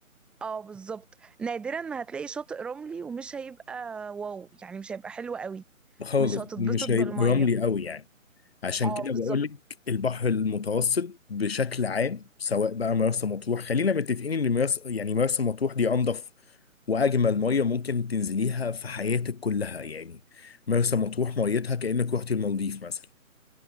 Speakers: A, in the centre; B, on the left.
A: اه بالظبط نادرا ما هتلاقي شاطئ رملي ومش هيبقى واو يعني مش هيبقى حلو قوي
B: خالص
A: مش هتتبسط
B: مش
A: بالميه
B: هيبقى رملي قوي يعني عشان
A: اه
B: كده بقول
A: بالظبط
B: لك البحر المتوسط بشكل عام سواء بقى مرسى مطروح خلينا متفقين ان مرسى يعني مرسى مطروح دي انضف واجمل ميه ممكن تنزليها في حياتك كلها يعني مرسى مطروح ميتها كانك رحتي المالديف مثلا